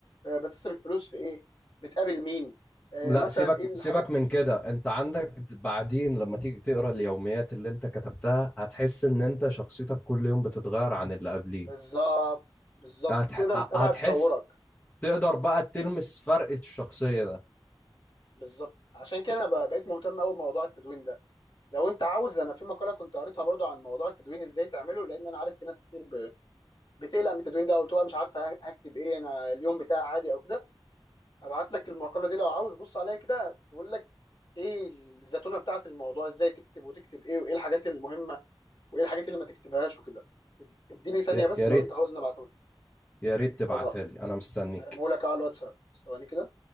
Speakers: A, on the left; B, on the left.
A: آه، بتصرف فلوس في ايه بتقابل مين آه،
B: لا
A: مثلا
B: سيبك
A: ايه الحاجات
B: سيبك من كده انت عندك بعدين لما تيجي تقرا اليوميات اللي انت كتبتها هتحس ان انت شخصيتك كل يوم بتتغير عن اللي قبليه
A: بالظبط بالظبط
B: هتح...
A: تقدر تتابع
B: هتحس
A: تطورك
B: تقدر بقى تلمس فرق الشخصية ده
A: بالظبط عشان كده انا بقى- بقيت مهتم قوي بموضوع التدوين ده لو انت عاوز انا في مقاله كنت قريتها برضو عن موضوع التدوين ازاي تعمله لان انا عارف في ناس كتير بتقلق من التدوين ده او بتبقى مش عارفه ه- هكتب ايه انا اليوم بتاعي عادي او كده ابعت لك المقاله دي لو عاوز بص عليها كده تقول لك ايه الزتونه بتاعت الموضوع ازاي تكتب وتكتب ايه وايه الحاجات المهمه وايه الحاجات اللي ما تكتبهاش وكده اد- اديني ثانيه
B: يا
A: بس
B: يا
A: لو
B: ريت
A: انت عاوز نبعته لك
B: يا ريت تبعتها
A: خلاص
B: لي انا مستنيك
A: هرميه لك على الواتساب ثواني كده